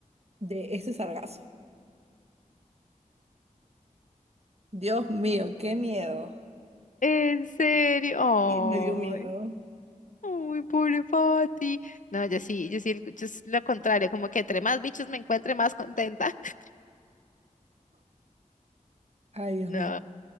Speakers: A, on the right (about 50°); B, on the left (about 65°).
A: de ese sargazo. Dios mío, qué miedo.
B: En serio.
A: Y me dio miedo.
B: Ay. Ay, pobre Pati. No, yo sí, yo sí, el- yo es lo contrario, como que entre más bichos me encuentre, más contenta. <laughs>
A: Ay, Dios
B: No.
A: mío.